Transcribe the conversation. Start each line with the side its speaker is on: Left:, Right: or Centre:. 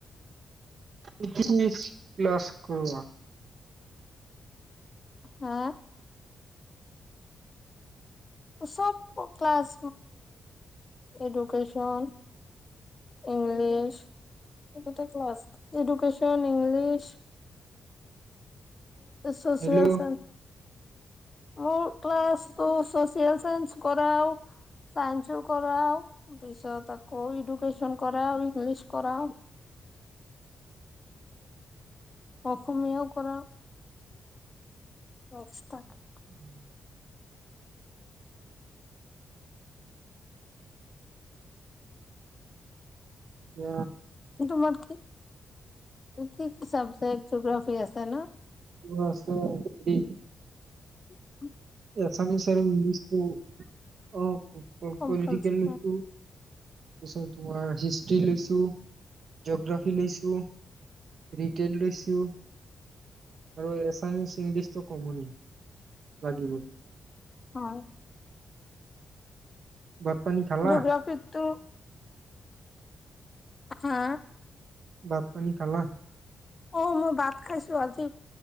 Right: ইছ ক্লাছ কৰা
Left: হা চব ক্লছ এডুকেশন ইংলিছ এইটা ক্ল এডুকেচন ইংলিছ সচিয়াল
Right: হেল্ল'
Left: চাৰ োৰ ক্া <unintelligible> চচিয়েল চাইন্স কৰাও চাইনচো কৰাও ত পিছত আকৌ ফেশন কৰা ইজলিছ কৰা অসমীয়া কৰ <unintelligible> ত
Right: উম এ
Left: তম কি কি কি চাবজেক্ট জিগ্ৰাফি আছে ন
Right: মছেৰি
Left: উ
Right: এছামিছ আৰু ইংলিছটো অ
Left: কম্পালচৰি
Right: পলিটিকেলটো তাৰপিছত তোমাৰ হিষ্ট্ৰী লৈছোঁ জগ্ৰাফী লৈছোঁ ৰিটেইল লৈছোঁ আৰু এছামিচ ইংলিছটো কমনি লাগিব
Left: হয়
Right: ভাত পানী খালা
Left: জোগ্ৰাফিটো হা
Right: ভাট পানী খালা?
Left: অ' মই ভাত খাইছো আজি